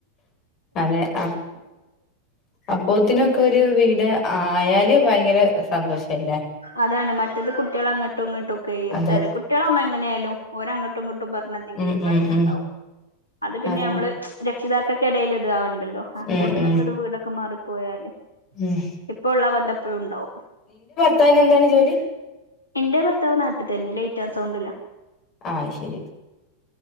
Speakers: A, on the left; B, on the left.
A: അതേ അപ് അപ്പോത്തിനൊക്കൊരു വീട് ആയാല് വയങ്കര സന്തോഷല്ലേ
B: അതാണ് മറ്റത് കുട്ടികളങ്ങട്ടു ഇങ്ങട്ടു ഒക്കേ
A: അതെ
B: തല കുട്ടികളാവുമ്മെങ്ങനേയാലും ഓരങ്ങട്ടുങ്ങട്ടു ട്ടും പറഞ്ഞെന്തെങ്കീലും
A: ഉം ഉം
B: പ്രശ്നണ്ടാവും
A: ഉം
B: അത് പിന്നെയമ്മള്
A: അതാണ്
B: രക്ഷിതാക്കക്കെടേല് ഇത് ആവൺ ഇണ്ടല്ലോ അപ്പോത്തിനൊക്കൊരു
A: ഉം ഉം
B: വീടൊക്ക മാറിപ്പോയാല്
A: ഉം
B: ഇപ്പോ ഉള്ളാ ബന്ധെപ്പഴുണ്ടാവും
A: ത്താവിനെന്താണ് ജോലി
B: എന്റെ ഭർത്താവ് നാട്ടിത്തന്നെ ലൈറ്റാൻ സൗണ്ട്ല
A: ആഹ് അയ്ശരി